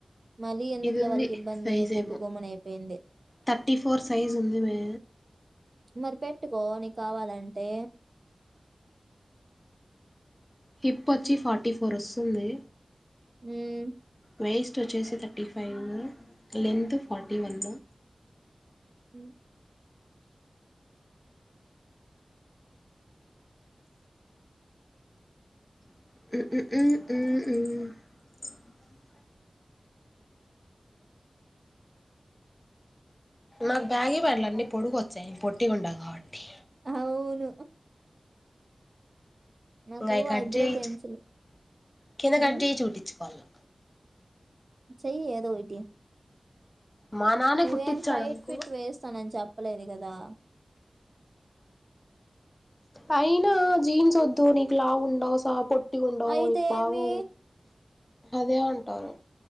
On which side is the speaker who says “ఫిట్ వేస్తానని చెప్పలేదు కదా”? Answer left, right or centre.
Right